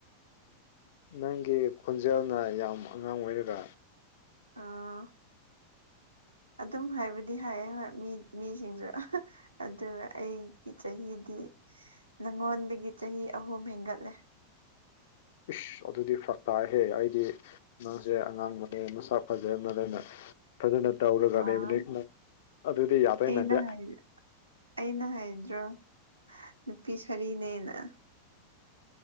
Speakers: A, on the left (about 55°); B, on the right (about 80°).
A: ꯅꯪꯒꯤ ꯈꯣꯟꯖꯦꯜꯅ ꯌꯥꯝ ꯑꯉꯥꯡ ꯑꯣꯏꯔꯒ
B: ꯑꯥ ꯑꯗꯨꯝ ꯍꯥꯏꯕꯗꯤ ꯍꯥꯏꯌꯦ ꯍꯣꯏ ꯃꯤ ꯃꯤꯁꯤꯡꯁꯨ ꯑꯗꯨꯒ ꯑꯩꯒꯤ ꯆꯍꯤꯗꯤ ꯅꯉꯣꯟꯗꯒꯤ ꯆꯍꯤ ꯑꯍꯨꯝ ꯍꯦꯟꯒꯠꯂꯦ
A: ꯏꯁ ꯑꯗꯨꯗꯤ ꯐꯔꯛ ꯇꯥꯏꯍꯦ ꯑꯩꯗꯤ ꯅꯪꯁꯦ ꯑꯉꯥꯡꯕꯅꯦ ꯃꯁꯛ ꯐꯖꯔꯝꯃꯗꯤ ꯑꯩꯅꯥ ꯐꯖꯅ ꯇꯧꯔꯒ
B: ꯑꯥ
A: ꯂꯩꯕꯅꯤ ꯅꯠ ꯑꯗꯨꯗꯤ ꯌꯥꯗꯣꯏ
B: ꯑꯩꯅ
A: ꯃꯥꯟꯗꯦ
B: ꯍꯥꯏ ꯑꯩꯅ ꯍꯥꯏꯗ꯭ꯔꯣ ꯅꯨꯄꯤ ꯁꯔꯤꯅꯦꯅ